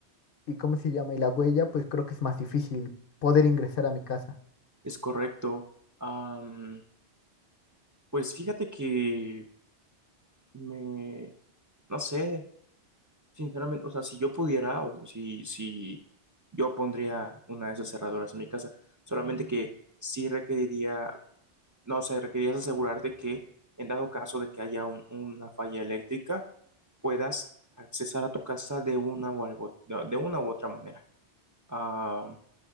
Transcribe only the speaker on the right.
es correcto. Am, pues fíjate que me, no sé, sinceramente, o sea, si yo pudiera, o si, si yo pondría una de esas cerraduras en mi casa, solamente que sí requeriría No, o sea, requerías asegurarte que en dado caso de que haya un- una falla eléctrica, puedas accesar a tu casa de una u, algo- de de una u otra manera. Ah,